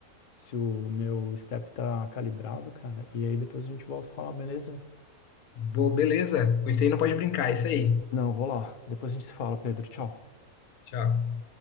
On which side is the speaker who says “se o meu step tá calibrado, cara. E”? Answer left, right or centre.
Left